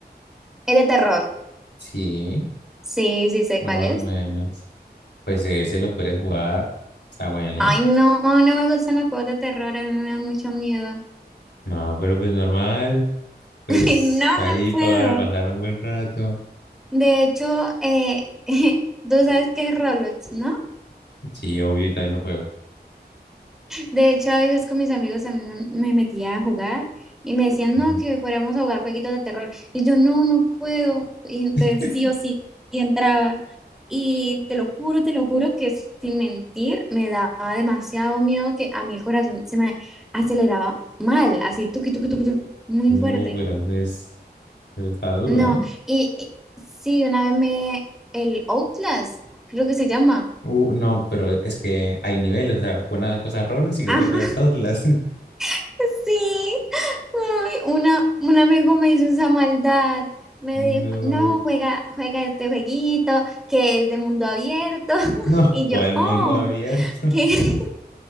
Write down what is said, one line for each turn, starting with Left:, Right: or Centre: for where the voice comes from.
Centre: Es de terror.
Left: Sí,
Centre: Sí, sí sé
Left: bueno,
Centre: cuál
Left: más
Centre: es.
Left: o menos. Pues ese lo puedes jugar, está bueno.
Centre: Ay, no, no me gustan los juegos de terror, a mí me da mucho miedo.
Left: No, pero pues normal, pues
Centre: <laughs> No,
Left: ahí
Centre: no puedo.
Left: para pasar un buen rato.
Centre: De hecho, eh, <laughs> tú sabes qué es Roblox, ¿no?
Left: Sí, obvio, y también lo juego.
Centre: De hecho, a veces con mis amigos también me metía a jugar y me decían,
Left: Ujú.
Centre: no, que fuéramos a jugar jueguitos de terror. Y yo, no, no puedo. Y entonces
Left: <laughs>
Centre: sí o sí y entraba. Y te lo juro, te lo juro que sin mentir me daba demasiado miedo que a mí el corazón se me aceleraba mal, así tuqui, tuqui, tuqui, tuqui, muy
Left: No,
Centre: fuerte.
Left: pero eso es, eso está duro,
Centre: No,
Left: ¿eh?
Centre: y, y sí, una vez me, el Outlast, creo que se llama.
Left: Uh, no, pero es que hay niveles, o sea, una cosa es roles y
Centre: Ajá,
Left: otra cosa es Outlast. <laughs>
Centre: <laughs> sí, Ay, una, un amigo me hizo esa maldad. Me
Left: No,
Centre: dijo, no, juega, juega este jueguito que es de mundo abierto. <laughs>
Left: no,
Centre: Y yo,
Left: o el
Centre: oh,
Left: mundo abierto.
Centre: ¿qué?
Left: <laughs>